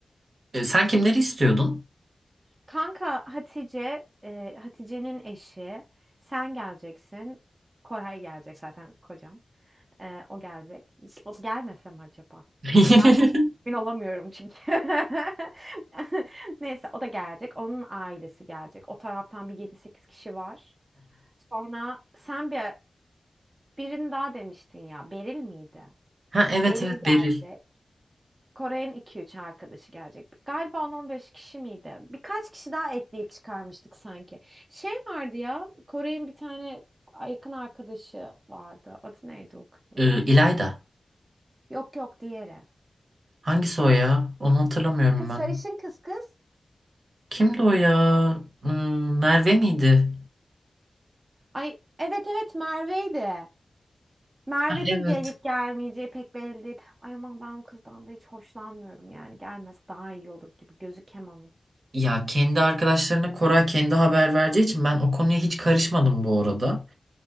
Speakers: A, on the right; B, on the right.
A: Ee, sen kimleri istiyordun?
B: Kanka Hatice, e, Hatice'nin eşi. Sen geleceksin. Koray gelecek zaten kocam. E, o gelecek. O gelmese mi acaba?
A: <laughs>
B: Ben emin olamıyorum çünkü. <laughs> Neyse o da gelecek. Onun ailesi gelecek. O taraftan bir yedi sekiz kişi var. Sonra sen bir birini daha demiştin ya. Beril miydi?
A: Ha evet
B: Beril
A: evet Beril.
B: gelecek. Kore'nin iki üç arkadaşı gelecek. Galiba on on beş kişi miydi? Birkaç kişi daha ekleyip çıkarmıştık sanki. Şey vardı ya, Kore'nin bir tane yakın arkadaşı vardı. Adı neydi o kızın?
A: Ee, İlayda.
B: Yok yok diğeri.
A: Hangisi o ya? Onu hatırlamıyorum
B: Kız
A: ben.
B: sarışın kız kız.
A: Kimdi o ya? Hmm, Merve miydi?
B: Ay evet evet Merve'ydi. Merve'nin
A: Ha, evet.
B: gelip gelmeyeceği pek belli değil. Ay aman ben o kızdan da hiç hoşlanmıyorum yani. Gelmese daha iyi olur gibi. Gözü kemanı.
A: Ya kendi arkadaşlarına Koray kendi haber vereceği için ben o konuya hiç karışmadım bu arada.